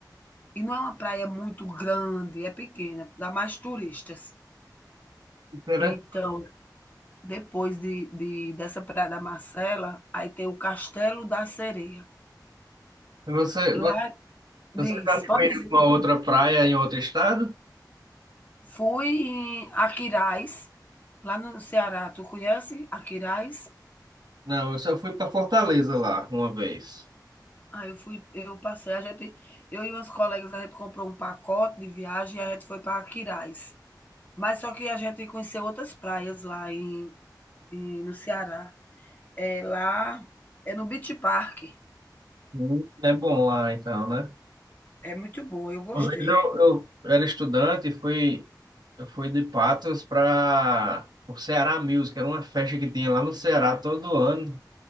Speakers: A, on the left; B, on the right.
A: E não é uma praia muito grande, é pequena, dá mais turistas.
B: será?
A: Então, depois de de dessa Praia da Marcela, aí tem o Castelo da Sereia.
B: Você,
A: Lá
B: vo-
A: diz,
B: você já foi
A: pode
B: em
A: dizer.
B: uma outra praia em outro estado?
A: Fui em Aquiraz, lá no Ceará. Tu conhece Aquiraz?
B: Não, eu só fui para Fortaleza lá uma vez.
A: Aí eu fui eu passei, a gente eu e umas colegas, a gente comprou um pacote de viagem e a gente foi para Aquiraz. Mas só que a gente conheceu outras praias lá em em no Ceará. É lá é no Beach Park.
B: Hum. É bom lá então, né?
A: É muito bom, eu gostei.
B: Uma vez eu, eu era estudante e fui. Eu fui de Patos para o Ceará Music, era uma festa que tinha lá no Ceará todo ano.